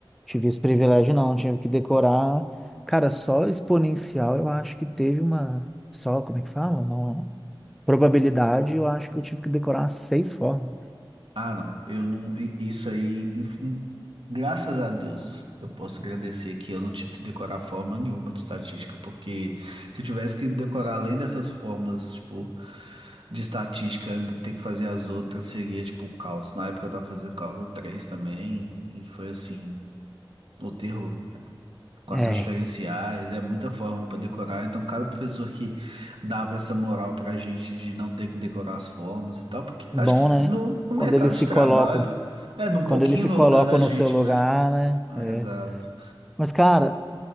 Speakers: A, in the centre; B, on the right.
A: tive esse privilégio não, tive que decorar. Cara, só exponencial eu acho que teve uma. Só, como é que fala? Não é. Probabilidade, eu acho que eu tive que decorar umas seis formas.
B: Ah, não, eu não. i- Isso aí, enfim, graças a Deus, eu posso agradecer que eu não tive que decorar forma nenhuma de estatística, porque se eu tivesse que decorar além dessas formas, tipo, de estatística, ainda ter que fazer as outras, seria tipo o caos. Na época eu tava fazendo cálculo 3 também, e foi assim, o terror equações
A: É,
B: diferenciais, é muita forma para decorar. Então, cada professor que dava essa moral para a gente de não ter que decorar as formas e tal, porque
A: bom,
B: acho que
A: né?
B: no, no mercado
A: Quando eles
B: de
A: se
B: trabalho,
A: colocam,
B: é, num
A: quando
B: pouquinho
A: eles se
B: no
A: colocam
B: lugar da
A: no
B: gente,
A: seu lugar,
B: né?
A: né? É.
B: Exato.
A: Mas, cara,